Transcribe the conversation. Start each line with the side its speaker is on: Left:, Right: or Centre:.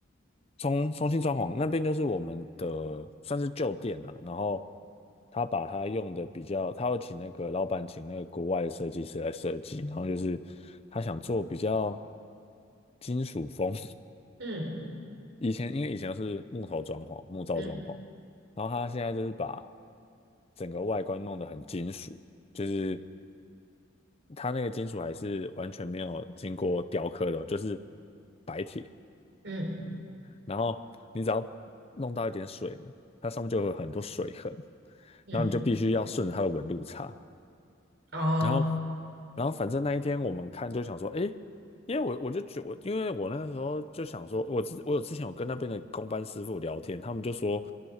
Left: 重重新装潢那边就是我们的算是旧店啊，然后他把他用的比较，他要请那个老板请那个国外的设计师来设计，然后就是他想做比较金属风，
Right: 嗯
Left: <laughs> 以前因为以前是木头装潢、木造装潢，
Right: 嗯
Left: 然后他现在就是把整个外观弄得很金属，就是它那个金属还是完全没有经过雕刻的哦就是白铁。
Right: 嗯
Left: 然后你只要弄到一点水呢，它上面就会有很多水痕，
Right: 嗯，
Left: 然后你就必须要顺着它的纹路擦，
Right: 哦，
Left: 然后，然后反正那一天我们看就想说，诶，因为我我就觉我因为我那个时候就想说，我之我有之前有跟那边的工班师傅聊天，他们就说